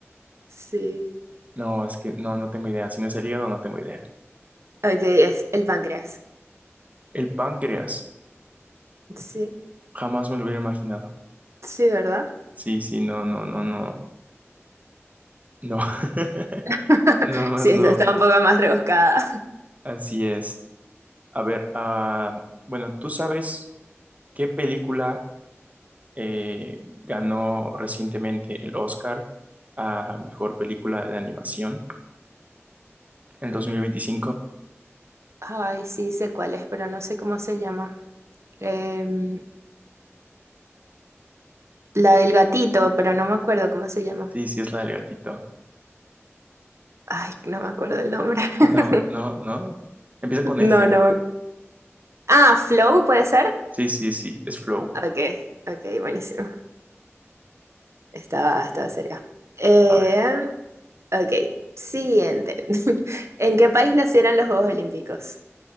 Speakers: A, on the right; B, on the right.
A: Sí.
B: No, es que no, no tengo idea. Si no es el hígado, no tengo idea.
A: Ok, es el páncreas.
B: El páncreas.
A: Sí,
B: Jamás me lo hubiera imaginado.
A: sí, ¿verdad?
B: Sí, sí, no, no, no, no. No. <laughs>
A: <laughs>
B: Nada más
A: Sí,
B: no.
A: esa está un poco más rebuscada.
B: Así es. A ver, ah, bueno, ¿tú sabes qué película eh, ganó recientemente el Oscar a mejor película de animación? en el 2025.
A: Ay, sí, sé cuál es, pero no sé cómo se llama. Em, la del gatito, pero no me acuerdo cómo se llama.
B: Sí, sí, es la del gatito.
A: Ay, no me acuerdo el nombre. <laughs>
B: No, no, no. Empieza con
A: No,
B: F.
A: no. me Ah, Flow, ¿puede ser?
B: Sí, sí, sí, es Flow.
A: Ok, ok, buenísimo. Estaba, estaba cerca. Eh,
B: A ver,
A: ok, siguiente. <laughs> ¿En qué país nacieron los Juegos Olímpicos?